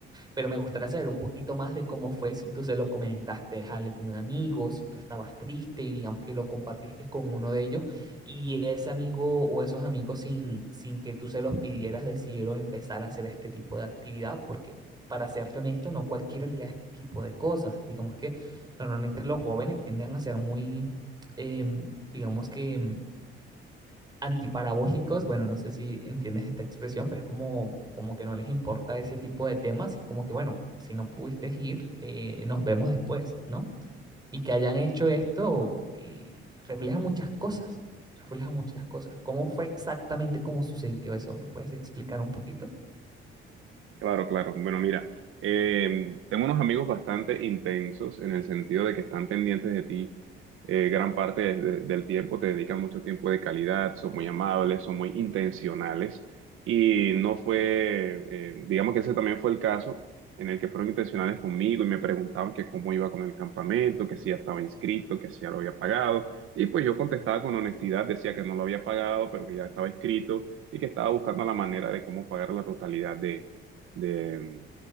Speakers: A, on the right; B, on the right.
A: pero me gustaría saber un poquito más de cómo fue, si tú se lo comentaste a algún amigo, si tú estabas triste y digamos que lo compartiste con uno de ellos y ese amigo o esos amigos sin, sin que tú se los pidieras decidieron empezar a hacer este tipo de actividad, porque para serte honesto, no cualquiera haría este tipo de cosas. Digamos que normalmente los jóvenes tienden a ser muy, eh, digamos que em, antiparabólicos, bueno, no sé si entiendes esta expresión, pero es como, como que no les importa ese tipo de temas y como que, bueno, si no pudiste ir, eh, nos vemos después, ¿no? Y que hayan hecho esto eh, refleja muchas cosas, refleja muchas cosas. ¿Cómo fue exactamente cómo sucedió eso? ¿Me puedes explicar un poquito?
B: Claro, claro. Bueno, mira, eh, tengo unos amigos bastante intensos en el sentido de que están pendientes de ti eh, gran parte de- de- del tiempo, te dedican mucho tiempo de calidad, son muy amables, son muy intencionales y no fue, eh, digamos que ese también fue el caso en el que fueron intencionales conmigo y me preguntaban que cómo iba con el campamento, que si ya estaba inscrito, que si ya lo había pagado y pues yo contestaba con honestidad, decía que no lo había pagado, pero que ya estaba inscrito y que estaba buscando la manera de cómo pagar la totalidad de de,